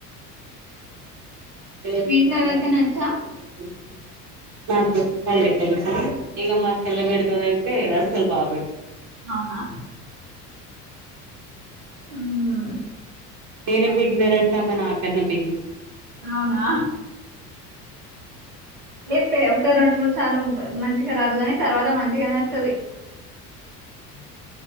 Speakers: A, on the right; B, on the right.
A: అదే వచ్చేస్తాదంపెట్టుకుంటూ
B: మీ ఇంట్లో ఎవరికైనా వచ్చా?
A: పెట్టుకుంటూ నాకు వచండి తెలుసు ఇగ మా చెళ్ళే బెడుతదైతే అస్సలు బాగ పెట్టద్
B: అవునా హ్మ్.
A: నేనే బిగినరంటే ఆమె నాకన్న బిగినర్
B: అవునా లేప్తే ఒక రెండు మూడు సార్లు ప్ మంచిగ రాదు గని తర్వాత మంచిగనే వస్తది బ్లాంక్